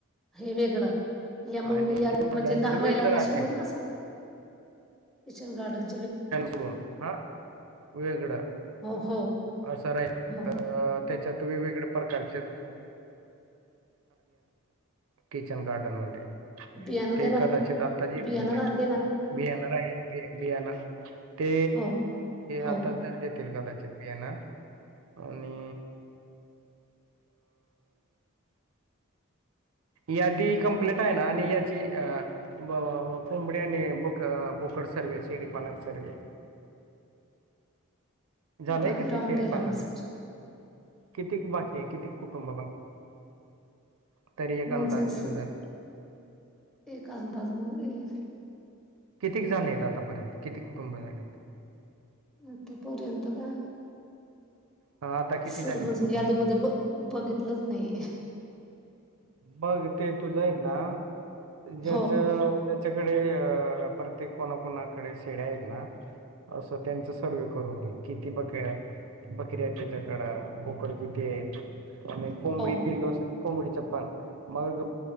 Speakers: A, in the centre; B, on the right.
A: हे वेगळं या मंग
B: आणि
A: या
B: किचन
A: म्हणजे
B: गार्डनच
A: दहा
B: वेगळं
A: मैलांना
B: राहते
A: सोडून का सर किचन गारडन
B: कडून हा वेगळं
A: हो हो
B: असं राही
A: हो.
B: त्याच्यात वेगवेगळ्या प्रकारचे किचन गार्डन मध्ये
A: बियाणं
B: ते
A: देणार
B: एदाचित
A: का?
B: आत्ताजी येतले
A: बियाणं रा
B: काय
A: देणार का?
B: बियाणार आहे बि बियाणा ते
A: हो, हो.
B: आता जर तील कदा चित ना आणि या आदी कमप्लीट आहे ना आणि याची अ कोंबड्या आणि बक बोकड सर्वे शेडीपालन सर्वे झालंय
A: बाकी
B: का ते
A: राहून
B: शेडीपालनाच
A: गेला ना सर.
B: कितीक बाकी आहे कितीक कुटुंब बाकी तरी एक
A: म्हणजे
B: अंदाज
A: अस
B: तुझा.
A: एक अंदाज मु ये
B: किती झाले आहेत आतापर्यंत किती कुटुंब झाले आहेत
A: आतापर्यंत का
B: अ, आता किती
A: सर
B: झालेत
A: म्हणजे
B: कुटुंब?
A: यादीमध्ये ब बघितलंच नाही
B: मघ ते तू जाई ना ज्याच
A: हो,
B: त्याच्याकडे अ प्रत्येक कोणाकणाकडे शेड्या आहेत ना असं त्यांचा सर्व करून घे किती बकऱ्या बकऱ्या आहेत त्याच्याकड बोकड किती आहेत कोंबडी
A: हो
B: पिंडो अस कोंबडी चप पण मग